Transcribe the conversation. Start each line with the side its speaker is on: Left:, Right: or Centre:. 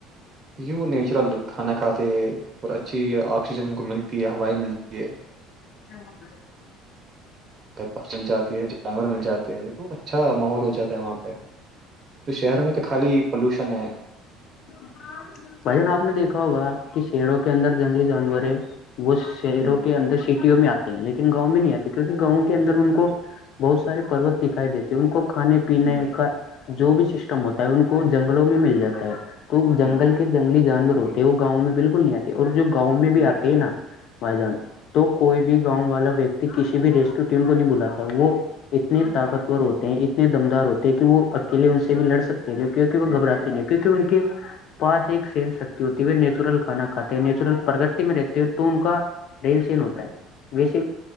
Right: یو نیچرل کھانا کھاتے ہے اور اچھی آکسیجن کو ملتی ہے ہوائ ملتی ہے
Left: ہوں ج
Right: پکش مل جاتی ہے جانور مل جاتے ہیں تو اچھا ماحول ہو جاتا ہے وہاں پہ تو شہروں میں تو خالی پولوشن ہے
Left: آ <unintelligible> بھائی جان آپ نے دیکھا ہوگا کہ شہروں کے اندر جنگلی جانور ہے وہ چروں
Right: ہ
Left: کے اندر سیٹیوں میں آتے ہیں لیکن گاؤں میں نہیں آتی کیونکہ گاؤں کے اندر ان کو بہت سارے پ پروت دکھائی دیتے ہیں ان کو کھانے پ پینے
Right: بالکل
Left: کا جو بھی سسٹم ہوتا ہے ان کو جنگلوں میں مل جاتا ہے تو جنگل
Right: ہ
Left: کے جنگلی جانور ہوتے ہیں وہ گاؤں میں بالکل نہیں آتے اور جو گاؤں میں بھی آتے
Right: بالکل
Left: ہیں نا بھائی جان تو کوئی بھی گاؤں والا ویکتی کسی بھی ریسکیو ٹیم کو نہیں بلااتتا وہ اتنے طاقتور ہوتے ہیں اتنے دمدار ہوتے ہیں کہ وہ اکیلے ان
Right: صحیح
Left: سے بھی لڑ
Right: ہے
Left: سکتے ہیں کیونک وہ
Right: بالکل
Left: گبراتے نہیں کیونکہ ان کے پاس ایک سینس شکتی ہوتی ہے وہ نیچرل کھانا کھاتے ہیں نیچرل پرگگرتی میں رہتے ہیں تو ان کا رین سین ہوتا ہے ویس